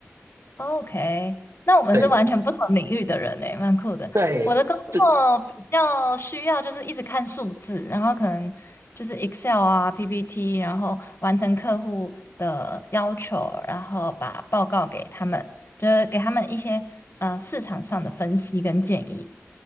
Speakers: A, on the left (about 55°); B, on the right (about 80°).
A: OK，那我们是完全不同领域的人诶，
B: 对
A: 蛮酷的。
B: 对，
A: 我的工作比较需要就是一直看数字，
B: 这
A: 然后可能就是 Excel 啊、PPT，然后完成客户的要求，然后把报告给他们，就是给他们一些呃市场上的分析跟建议。